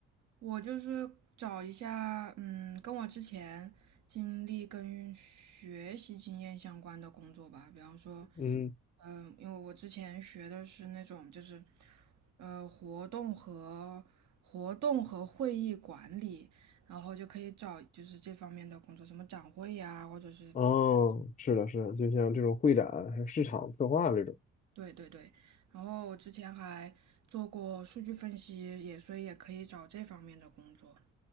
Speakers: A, on the right; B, on the left.
A: 我就是找一下，嗯，跟我之前经历跟学习经验相关的工作吧。比方说，
B: 嗯，
A: 嗯，因为我之前学的是那种就是，呃，活动和活动和会议管理，然后就可以找就是这方面的工作，什么展会呀，或者是
B: 哦，是的，是的，就像这种会展还有市场策划这种。
A: 对对对。然后我之前还做过数据分析，也所以也可以找这方面的工作。